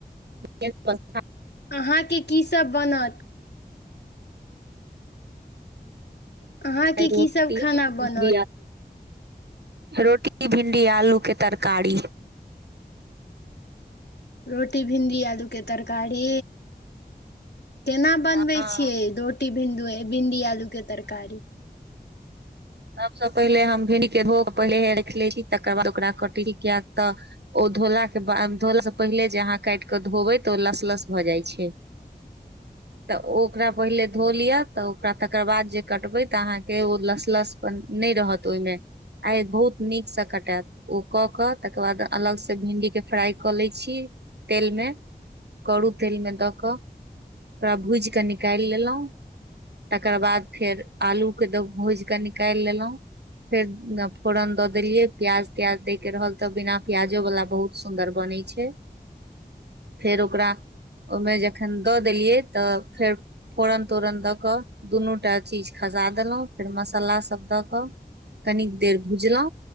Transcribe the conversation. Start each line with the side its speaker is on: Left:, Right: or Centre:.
Right: <inaudible>
Left: अहाँ के की सब बनत? अहाँके
Right: रोटी
Left: कीसभ खाना
Right: <inaudible>
Left: बनत
Right: रोटी भिंडी आलू के तरकारी।
Left: रोटी भिंडी आलू के तरकारी। केना
Right: हँ
Left: बनबै छियै? रोटी भिंदू- भिंडी आलू के तरकारी।
Right: सबसँ पहिले हम भिंडी के धो क पहिलेहे राइख लै छी तकर बाद ओकरा कटली कियैक तऽ ओ धोला क बाद धोला स पहिले जे अहाँ काइट क धोबै त ओ लस-लस भऽ जाइ छै। त ओ ओकरा पहिले धो लियऽ त ओकरा तकर बाद जे कटबै त अहाँके ओ लस-लस पन नै रहत ओइ मे आइ बहुत नीक स कटेएत। ओ कऽ कऽ तकर बाद अलग से भिंडी के फ्राइ कऽ लै छी तेल मे, कड़ू तेल मे दऽ कऽ ओकरा भूइज कऽ निकाइल लेलौं। तकर बाद फेर आलू के द भुइज कऽ निकाइल लेलौं। फेर ग फोरन दऽ देलियै प्याज-त्याज दै के रहल तऽ बिना प्याजो बला बहुत सुन्दर बनै छै।
Left: <inaudible>
Right: फेर ओकरा ओय में जखन दऽ देलियै तऽ फेर। फोरन-तोरन दऽ कऽ दुनू टा चीज खसा देलौं फेर मसल्ला सब दऽ कऽ। कनिक देर भुजलौं